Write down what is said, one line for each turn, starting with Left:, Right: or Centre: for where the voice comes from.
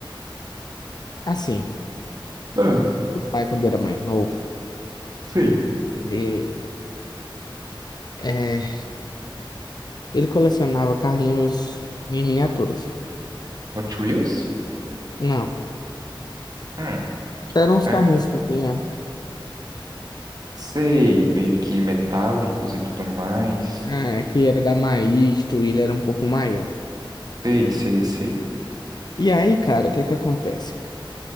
Left: assim,
Right: Ah,
Left: o pai, quando era mais novo,
Right: sei.
Left: ele, é, ele colecionava carrinhos em miniaturas.
Right: Hot Wheels?
Left: Não,
Right: Hum,
Left: eram uns
Right: tá.
Left: carrinhos que tinha,
Right: Sei, meio que metálicos e tudo mais.
Left: é, que era da Maisto, e ele era um pouco maior.
Right: Sei, sei, sei.
Left: E aí, cara, o que que acontece?